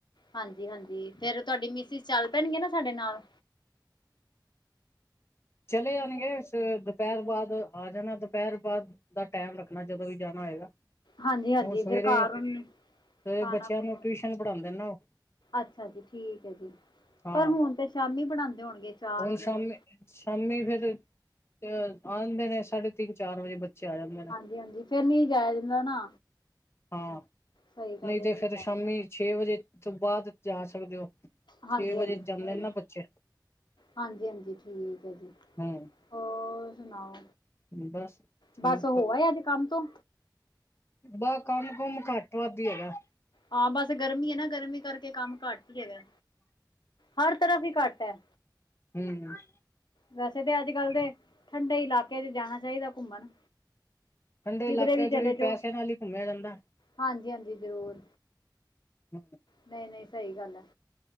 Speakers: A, on the left; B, on the left.
A: ਹਾਂਜੀ-ਹਾਂਜੀ। ਫਿਰ ਤੁਹਾਡੀ ਮਿਸਿਜ ਚੱਲ ਪੈਣਗੇ ਨਾ ਸਾਡੇ ਨਾਲ
B: ਚਲੇ ਜਾਣਗੇ ਸਾ ਦੁਪਹਿਰ ਬਾਅਦ ਆ ਜਾਣਾ, ਦੁਪਹਿਰ ਬਾਅਦ ਦਾ ਟਾਇਮ ਰੱਖਣਾ ਜਦੋਂ ਵੀ ਜਾਣਾ ਹੋਏਗਾ।
A: ਹਾਂਜੀ-ਹਾਂਜੀ।
B: ਹੁਣ ਸਵੇਰੇ
A: ਫਿਰ ਕਾਰ
B: ਸਵੇਰੇ
A: ਖਾਣਾ-ਖਣਾ
B: ਬੱਚਿਆਂ ਨੂੰ ਟਿਊਸ਼ਨ ਪੜ੍ਹਾਉਂਦੇ ਨਾ ਉਹ,
A: ਅੱਛਾ ਜੀ। ਠੀਕ ਹੈ। ਜੀ
B: ਹਾਂ
A: ਪਰ ਹੁਣ ਤੇ ਸ਼ਾਮੀ ਬਣਾਉਂਦੇ ਹੋਣਗੇ। ਚਾਰ
B: ਹੁਣ
A: ਵਜੇ
B: ਸ਼ਾਮੀ-
A: ਨਾਲ
B: ਸ਼ਾਮੀ ਫਿਰ ਅ ਆਂਦੇ ਨੇ। ਸਾਢੇ ਤਿੰਨ- ਚਾਰ ਵਜੇ ਬੱਚੇ ਆ ਜਾਂਦੇ ਨੇ
A: ਹਾਂਜੀ- ਹਾਂਜੀ ਫੇਰ ਨੀ ਜਾਇਆ ਜਾਂਦਾ ਨਾ।
B: ਹਾਂ।
A: ਸਹੀ ਗੱਲ
B: ਨਹੀਂ
A: ਹੈ
B: ਤੇ ਫਿਰ
A: ਜਾਇਆ
B: ਸ਼ਾਮੀ ਛੇ ਵਜੇ ਤੋਂ ਬਾਅਦ ਜਾ ਸਕਦੇ ਹੋ।
A: ਹਾਂਜੀ
B: ਛੇ
A: ਹਾਂਜੀ
B: ਵਜੇ ਜਾਂਦੇ
A: ਨਹੀਂ
B: ਨੇ ਨਾ ਬੱਚੇ।
A: ਹਾਂਜੀ- ਹਾਂਜੀ ਠੀਕ ਹੈ ਜੀ।
B: ਹੂੰ
A: ਹੋਰ ਸੁਣਾਓ
B: ਬਸ ਠੀਕ
A: ਬਸ। ਹੋਆ ਅੱਜ ਕੰਮ ਤੋਂ
B: ਬਾਹ ਕੰਮ ਕੁਮ ਘੱਟ ਵੱਧਹੀ ਹੈਗਾ।।
A: ਹਾਂ ਬਸ ਗਰਮੀ ਹੈ। ਨਾ ਗਰਮੀ ਕਰਕੇ ਕੰਮ ਘੱਟ ਹੀ ਹੈਗਾ। ਹਰ ਤਰਫ਼ ਹੀ ਘੱਟ ਹੈ।
B: ਧੰਨਵਾਦ।
A: ਵੈਸੇ ਤਾਂ ਅੱਜ - ਕੱਲ੍ਹ ਦੇ ਠੰਡੇ ਇਲਾਕੇ ਚ ਜਾਣਾ ਚਾਹੀਦਾ ਘੁੰਮਣ।
B: ਠੰਡੇ
A: ਕਿਧਰੇ
B: ਇਲਾਕਿਆਂ
A: ਚਲੇ
B: ਚ ਵੀ
A: ਜਾਓ
B: ਪੈਸੇ ਨਾਲ ਹੀ ਘੁੰਮਿਆ ਜਾਂਦਾ।
A: ਹਾਂਜੀ -ਹਾਂਜੀ। ਜ਼ਰੂਰ
B: ਹਮ। <inaudible>
A: ਨਹੀਂ - ਨਹੀਂ ਸਹੀ ਗੱਲ ਹੈ।